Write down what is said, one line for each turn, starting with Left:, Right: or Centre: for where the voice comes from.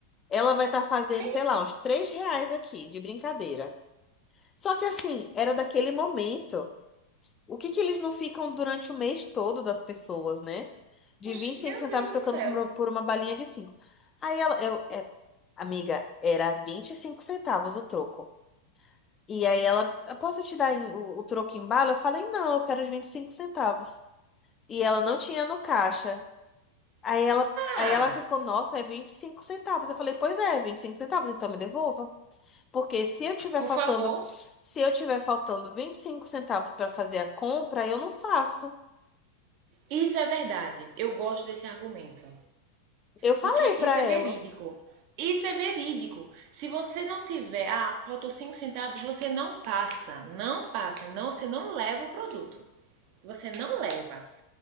Left: ela vai estar fazendo,
Right: Sim.
Left: sei lá, uns 3 reais aqui, de brincadeira. Só que assim, era daquele momento. O que que eles não ficam durante o mês todo das pessoas, né? De
Right: Oxe,
Left: vinte e cinco
Right: meu
Left: centavos
Right: Deus
Left: trocando
Right: do céu.
Left: por uma, por uma balinha de cinco Aí ela, eu, é, amiga, era 25 centavos o troco. E aí ela, "Eu posso te dar em- o, o troco em bala? Eu falei, não, eu quero os 25 centavos. E ela não tinha no caixa. Aí ela, aí
Right: Ah,
Left: ela ficou, nossa, é 25 centavos. Eu falei, pois é, 25 centavos, então me devolva. Porque se eu tiver
Right: por
Left: faltando,
Right: favor,
Left: se eu tiver faltando 25 centavos para fazer a compra, eu não faço.
Right: Isso é verdade. Eu gosto desse argumento.
Left: Eu falei
Right: Porque isso
Left: para
Right: é
Left: ela.
Right: verídico. Isso é verídico. Se você não tiver, ah, faltou 5 centavos, você não passa. Não passa. Não, você não leva o produto. Você não leva.